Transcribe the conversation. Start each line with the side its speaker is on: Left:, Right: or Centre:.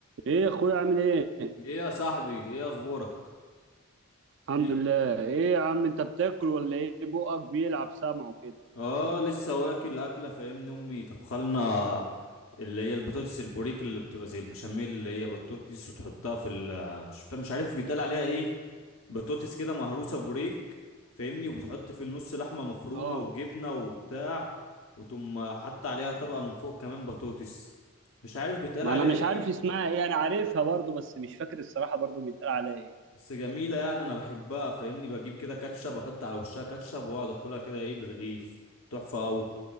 Right: ايه يا اخويا عامل ايه
Left: ايه يا صاحبي ايه اخبارك
Right: الحمد
Left: ايه
Right: لله
Left: الدنيا
Right: ايه يا عم انت بتاكل ولا ايه بقك بيلعب سمعه كده
Left: اه لسه واكل اكله فاهمني امي طبخلنا اللي هي البطاطس البوريك اللي بتبقى زي البشاميل اللي هي بطاطس وتحطها في ال مش فا- مش عارف بيتقال عليها ايه بطاطس كده مهروسه بوريك فاهمني وبتحط في النص لحمه مفرومه
Right: اه
Left: وجبنه وبتاع وتقوم حط عليها طبقه من فوق كمان بطاطس مش عارف بيتقال
Right: ما
Left: عليها
Right: انا مش
Left: ايه
Right: عارف اسمها ايه انا عارفها برضو بس مش فاكر الصراحه برضو بيتقال عليها ايه
Left: بس جميلة يعني أنا بحبها فاهمني بجيب كده كاتشب أحط على وشها كاتشب وأقعد أكلها كده إيه برغيف تحفة أوي